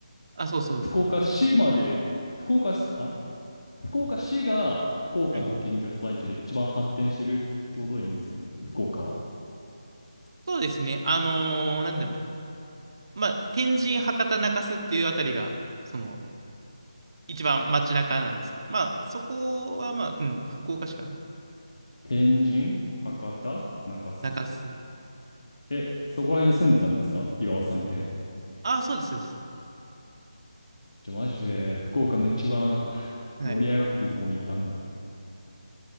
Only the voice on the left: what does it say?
福岡市まで、福岡市、あれ福岡市が福岡の県庁所在地で一番発展してるってことでいいんですよね。
福岡は。
天神、博多、中洲。
え、そこら辺に住んでたんですか岩尾さんって。
ちょ、マジで、福岡の一番 <sighs>
盛り上がってるところにいたんだ。